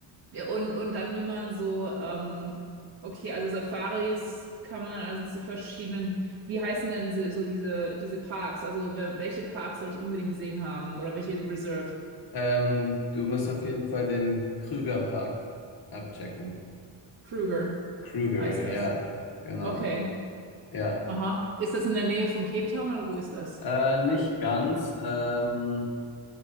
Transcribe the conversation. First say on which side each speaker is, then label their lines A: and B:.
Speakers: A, on the right; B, on the left.
A: Ja, Und, und dann will man so, ähm, okay, also Safaris kann man also zu verschiedenen, wie heißen denn so so diese, diese Parks? Also wel- welche Parks soll ich unbedingt gesehen haben oder welche Reserves?
B: Ähm, du musst auf jeden Fall den Krüger Park abchecken.
A: Kruger
B: Krüger,
A: heißt das.
B: ja, genau,
A: Okay,
B: ja.
A: aha. Ist das in der Nähe von Cape Town oder wo ist das?
B: Äh, nicht ganz. Ähm,